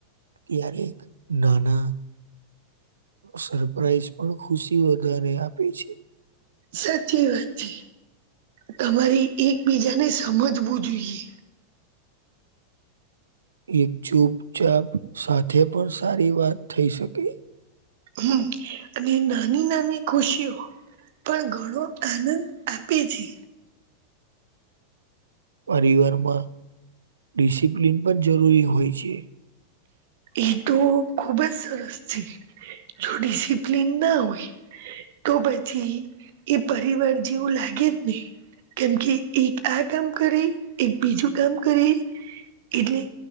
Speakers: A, on the right; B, on the right.
A: ક્યારેક નાના સરપ્રાાઈઝ પણ ખુશી વધારે આપે છે
B: સાચી વાત છે તમારે એકબીજાને સમજવું જોઈએ
A: એક ચૂપચાપ સાથે પણ સારી વાત થઈ શકે
B: હમ્મ અને નાની નાની ખુશીઓ પણ ઘણો આનંદ આપે છે
A: પરિવારમાં ડિસિપ્લિન પણ જરૂરી હોય છે
B: એ તો ખુબ જ સરસ છે જો ડિસિપ્લીન ના હોય તો પછી એ પરિવાર જેવું લાગે ને કેમ કે એક આ કામ કરી એક બીજું કામ કરી એટલે